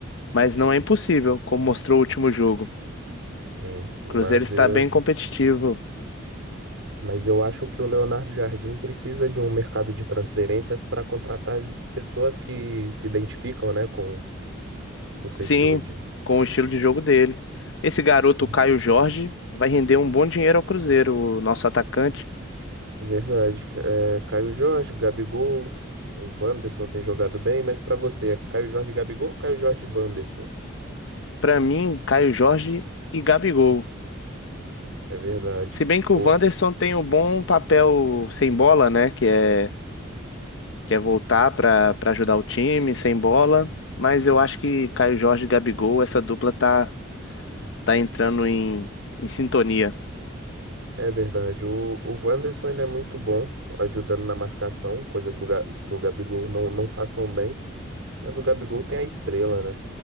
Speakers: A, on the left (about 65°); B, on the right (about 75°).
A: Mas não é impossível, como mostrou o último jogo. O
B: Sim, mas
A: Cruzeiro está
B: eu,
A: bem competitivo.
B: mas eu acho que o Leonardo Jardim precisa de um mercado de transferências para contratar j- pessoas que se identificam, né, com com o seu
A: Sim,
B: estilo de jogo.
A: com o estilo de jogo dele. Esse garoto,
B: Sim.
A: o Caio Jorge, vai render um bom dinheiro ao Cruzeiro, o nosso atacante.
B: Verdade. É, Caio Jorge, Gabigol, o Wanderson tem jogado bem, mas para você, é Caio Jorge, Gabigol ou Caio Jorge, e Wanderson?
A: Para mim, Caio Jorge e Gabigol.
B: É verdade.
A: Se bem que
B: O,
A: o Wanderson tem um bom papel sem bola, né? Que é, que é voltar para para ajudar o time sem bola. Mas eu acho que Caio Jorge e Gabigol, essa dupla tá, tá entrando em, em sintonia.
B: é verdade. O, o Wanderson ele é muito bom ajudando na marcação, coisa que o, Ga- que o Gabigol não, não faz tão bem, mas o Gabigol tem a estrela, né?